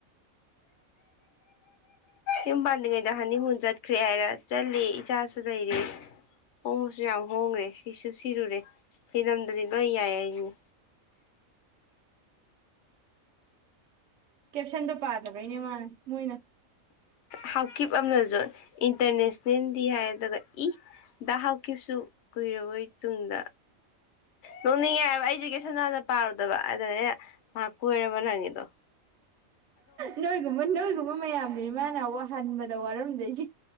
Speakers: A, on the left; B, on the right.
A: ꯌꯨꯝ ꯄꯥꯟꯗ꯭ꯔꯤꯉꯩꯗꯥ ꯍꯥꯅꯤꯃꯨꯟ ꯆꯠꯈꯔꯦ ꯍꯥꯏꯔ ꯆꯠꯂꯦ ꯏꯆꯥꯁꯨ ꯂꯩꯔꯦ ꯍꯣꯡꯕꯁꯨ ꯌꯥꯝ ꯍꯣꯡꯉ꯭ꯔꯦ ꯁꯤꯁꯨ ꯁꯤꯔꯨꯔꯦ ꯐꯤꯗꯝꯗꯗꯤ ꯂꯣꯏ ꯌꯥꯏ ꯍꯥꯏꯖꯤꯅꯤ꯫
B: ꯀꯦꯞꯁꯟꯗꯣ ꯄꯥꯗꯕꯩꯅꯦ ꯃꯥꯅ ꯃꯣꯏꯅ꯫
A: ꯍꯥꯎꯀꯤꯞ ꯑꯅꯁꯨ ꯏꯟꯇꯔꯅꯦꯁꯅꯦꯜꯗꯤ ꯍꯥꯏꯒ ꯏ ꯗ ꯍꯥꯎꯀꯤꯞꯁꯨ ꯀꯨꯏꯔꯕꯣꯏ ꯇꯨꯡꯗ ꯅꯣꯛꯅꯤꯡꯉꯦ ꯍꯥꯏꯕ ꯑꯩꯁꯦ ꯀꯩꯁꯟꯗꯣ ꯍꯟꯅꯥ ꯄꯥꯔꯨꯗꯕ ꯑꯗꯅꯦ ꯑꯩꯅꯥ ꯃꯥ ꯀꯣꯏꯔꯕ ꯅ ꯍꯡꯉꯤꯗꯣ꯫
B: ꯅꯣꯏꯒꯨꯝꯕ ꯅꯣꯏꯒꯨꯝꯕ ꯃꯌꯥꯝꯗꯨꯅꯤ ꯃꯥꯅ ꯍꯟꯕꯗ ꯋꯥꯔꯝꯗꯣꯏꯁꯦ꯫